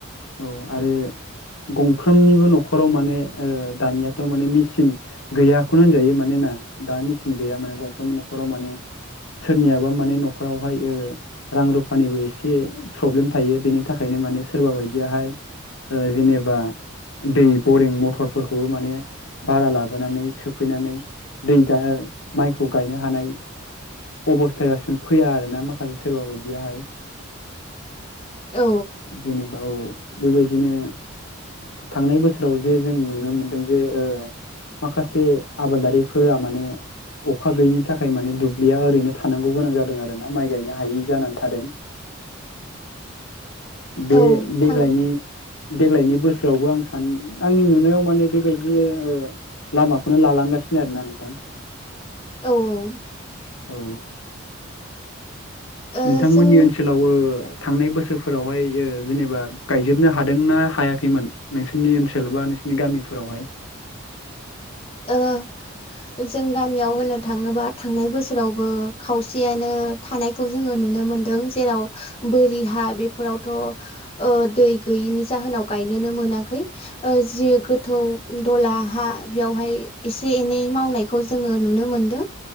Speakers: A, on the left (about 70°); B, on the left (about 25°).
A: औ आरो गंफ्रोमनिबो न'खराव माने दानियाथ' माने मिसिन गैयाखौनो होनजायो। मानोना दा मेसिन गैया माने गंफ्रोमबो न'खराव माने सोरनियाबा माने न'खरावहाय ओ रां रुफानिबो एसे प्रब्लेम थायो। बेनि थाखायनो माने सोरबा बाय दियाहाय जेनेबा दै बरिं मथरफोरखौबो माने बारा लाबोनानै सोफैनानै दै गा माइखौ गायनो हानाय अबस्थायासिम फैया आरो ना माखासे सोरबा बायदियाहाय।
B: औ
A: जेनेबा औ बेबायदिनो थांनाय बोसोराव जे जों नुनो मोनदों जे माखासे आबादारिफोरा माने अखा गैयिनि थाखाय माने दुब्लिया ओरैनो थानांगौ गोनां जादों आरोना माइ गायनो हायै जानानै थादों।
B: औ।
A: बे देग्लायनि
B: थां
A: देग्लायनि बोसोरावबो आं सान आंनि नुनायाव माने बेबायदिनो लामाखौनो लालांगासिनो आरोना नोंथां।
B: औ औ।
A: औ।
B: ओ
A: नोंथांमोननि
B: जों
A: ओनसोलाव ओ थांनाय बोसोरफोरावहाय जेनेबा गायजोबनो हादोंना हायाखैमोन नोंसोरनि ओनसोल बा नोंस नि गामिफोरावहाय?
B: <inaudible> जों गामियाव होननो थाङोबा थांनाय बोसोरावबो खावसेयानो थानायखौ जोङो नुनो मोनदों। जेराव बोरि हा बेफोरावथ' दै गैयिनि जाहोनाव गायनोनो मोनाखै। जि गोथौ दहला हा बेवहाय ए-एसे एनै मावनायखौ जोङो नुनो मोनदों